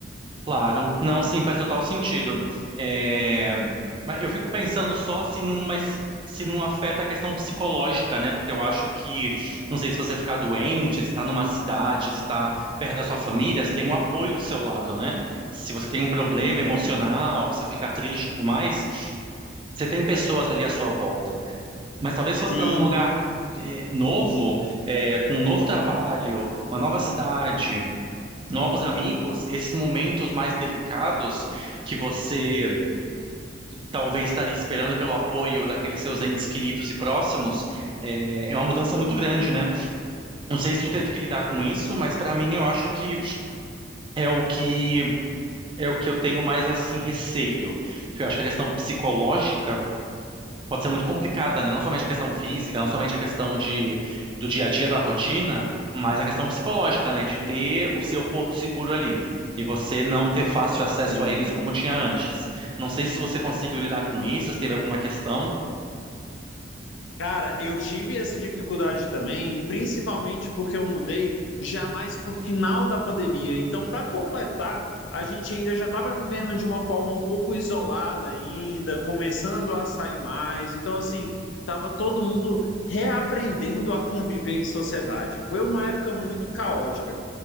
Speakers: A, on the right (about 25°); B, on the left (about 75°).
A: claro. Não, sim, faz total sentido. É, mas eu fico pensando só se não, mas se não afeta a questão psicológica, né? Porque eu acho que, não sei se você ficar doente, se está numa cidade, se está perto da sua família, se tem um apoio ao seu lado, né? Se você tem um problema
B: Sim,
A: emocional, você fica triste e tudo mais, você tem pessoas ali à sua volta. Mas talvez se você
B: Sim,
A: está num lugar é, novo, é, com um novo trabalho, uma nova cidade, novos amigos, esses momentos mais delicados que você talvez estaria esperando pelo apoio daqueles seus entes queridos e próximos, é, é uma mudança muito grande, né? Não sei se tu teve que lidar com isso, mas para mim eu acho que é o que é o que eu tenho mais assim receio. Eu acho que a questão psicológica pode ser muito complicada, né? Não somente a questão física, não somente a questão de, do dia a dia, da rotina, mas a questão psicológica, né? De ter o seu porto seguro ali e você não ter fácil acesso
B: sim.
A: a eles como tinha antes. Não sei se você conseguiu lidar com isso, se teve alguma questão.
B: Cara, eu tive essa dificuldade também, e principalmente porque eu mudei já mais para o final da pandemia. Então, para completar, a gente ainda já estava vivendo de uma forma um pouco isolada ainda, começando a sair mais. Então, assim, estava todo mundo reaprendendo a conviver em sociedade. Foi uma época muito caótica.